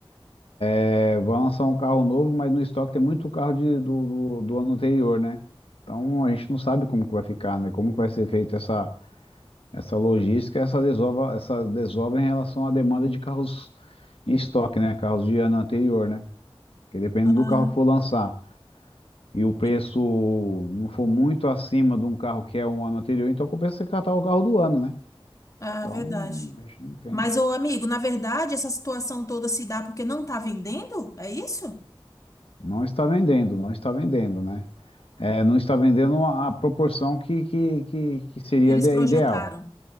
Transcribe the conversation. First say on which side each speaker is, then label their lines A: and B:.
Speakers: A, on the left; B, on the left.
A: é, vai lançar um carro novo, mas no estoque tem muito carro de- do, do, do ano anterior, né? Então, a gente não sabe como que vai ficar, né? Como que vai ser feita essa, essa logística, essa desova, essa desova em relação à demanda de carros em estoque, né? Carros de ano anterior, né? Porque depende
B: Ah,
A: do carro que for lançar. e o preço
B: e-
A: não for muito acima de um carro que é um ano anterior, então compensa você catar o carro do ano, né?
B: ah,
A: Então,
B: verdade.
A: a gente não entende.
B: Mas, ô amigo, na verdade, essa situação toda se dá porque não está vendendo? É isso?
A: Não está vendendo, não está vendendo, né? É, não está vendendo a proporção que, que, que, que seria
B: Eles
A: ide-
B: projetaram.
A: ideal.